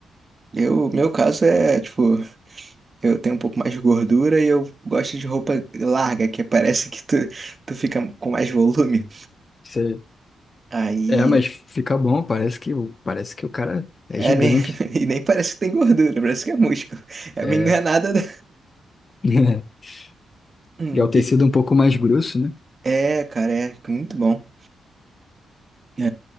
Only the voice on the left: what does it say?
é?
É, mas
fica bom, parece que, o- parece que o cara é
gigante.
É,
<laughs>
e é o tecido
um pouco mais grosso, né?